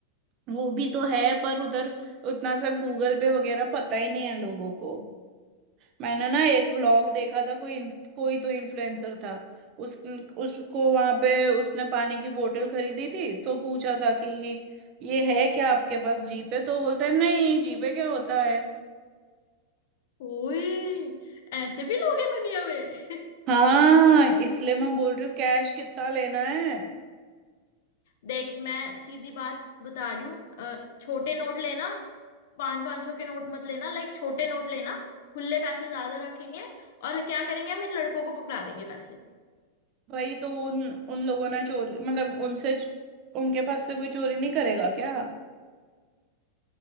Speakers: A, on the right (about 40°); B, on the left (about 65°).
A: वो भी तो है पर उधर उतना सब गूगल पे वगैरह पता ही नहीं है लोगों को मैंने ना एक व्लॉग देखा था कोई inf- कोई तो इन्फ्लुएंसर था उस उसको वहां पे उसने पानी की बोतल खरीदी थी तो पूछा था कि ये है क्या आपके पास जीपे तो बोलता है नहीं जीपे क्या होता है
B: ओए ऐसे भी लोग हैं दुनिया में <laughs>
A: हाँ इसलिए मैं बोल रही हूँ कैश कितना लेना है
B: देख मैं सीधी बात बता रही हूँ अ, छोटे नोट लेना पाँच पाँच सौ के नोट मत लेना लाइक छोटे नोट लेना खुले पैसे ज्यादा रखेंगे और क्या करेंगे हम इन लड़कों को पकड़ा देंगे पैसे
A: भाई तो उन उन लोगों ने चोरी मतलब उनसे उनके पास से कोई चोरी नहीं करेगा क्या